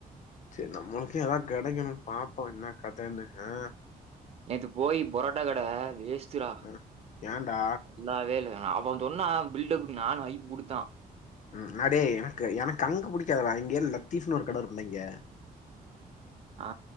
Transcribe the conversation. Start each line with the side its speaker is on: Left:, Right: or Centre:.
Left: சேரி நம்மளுக்கு எதாது கெடைக்கணுனு பாப்போ என்ன கதன்னு அ
Right: நேத்து போயி புரோட்டா கட வேஸ்ட்டுடா
Left: ஆ ஏன்டா
Right: நல்லாவே இல்ல அவ சொன்னா பில்டப்புக்கு நானு ஹைப்பு குடுத்தா
Left: ம் அடேய் எனக்கு எனக்கு அங்க பிடிக்காதுடா இங்க லத்தீப்ன்னு ஒரு கட இருக்குல்ல இங்க
Right: அ